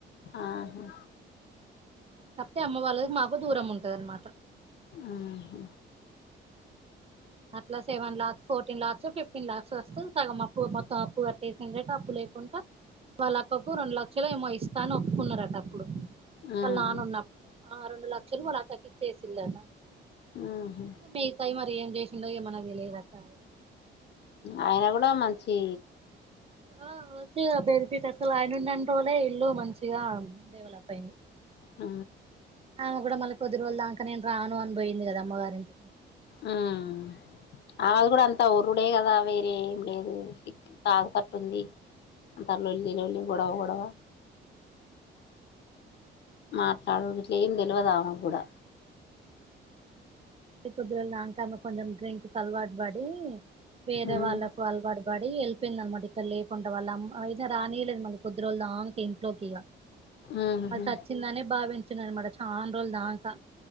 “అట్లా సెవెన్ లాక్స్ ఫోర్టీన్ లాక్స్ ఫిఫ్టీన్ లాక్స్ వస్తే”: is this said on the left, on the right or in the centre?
Right